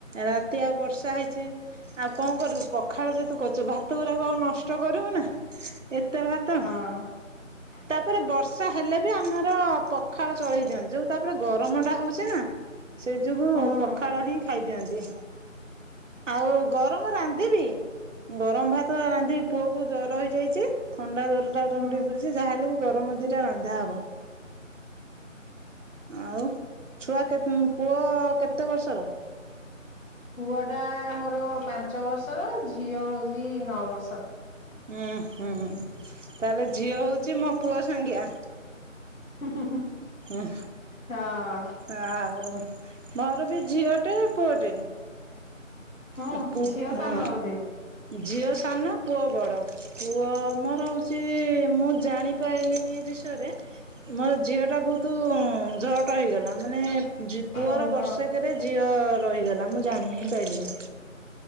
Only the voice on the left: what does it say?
ହଁ।
ହୁଁ
ହୁଁ
ପୁଅ ଟା ମୋର ପାଞ୍ଚ ବର୍ଷର ଝିଅ ହଉଛି ନଅ ବର୍ଷ ର।
ହୁଁ ହୁଁ ହୁଁ।
ହଁ।
ହୁଁ
ଝିଅ
ସାନ ବୋଧେ
ଓହୋ